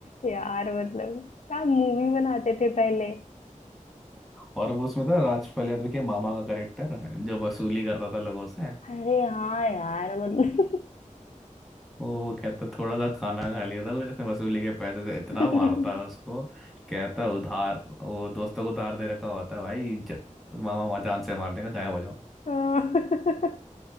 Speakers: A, on the left (about 55°); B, in the centre.
A: यार मतलब क्या मूवी बनाते थे पहले
B: और वो उसमें था राजपाल यादव के मामा का करेक्टर जो वसूली करता था लोगों से
A: अरे हाँ यार मतलब
B: वो वो कहता थोड़ा सा खाना खा लिया था जिसने वसूली के पैसे से इतना
A: <laughs>
B: मारता है उसको कहता उधार वो दोस्तों को उधार दे रखा होता है भाई जब मामा मामा जान से मारने का गायब हो जाओ
A: हाँ,